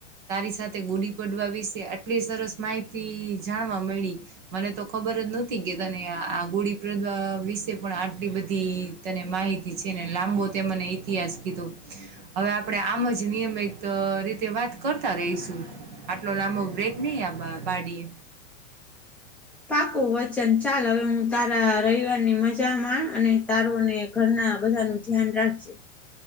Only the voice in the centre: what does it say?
પાકોું વચન ચાલ હવે હું તારા રવિવારની મજા માણ અને તારોને ઘરના ના બધા ન ધ્યાન રાખજે.